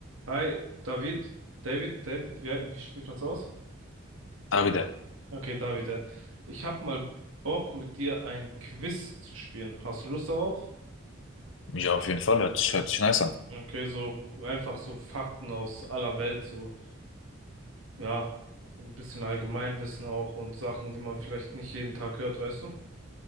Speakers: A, on the right; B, on the left.
A: Hi, David, David, David, wie, wie spricht man's aus?
B: Ah, wieder.
A: Okay, David, ja. Ich hab mal Bock, mit dir ein Quiz zu spielen. Hast du Lust darauf?
B: Ja, auf jeden Fall. Hört, sich-
A: Ja.
B: hört sich nice an.
A: Okay, so einfach so Fakten aus aller Welt, so, ja, so ein bisschen Allgemeinwissen auch und Sachen, die man vielleicht nicht jeden Tag hört, weißt du?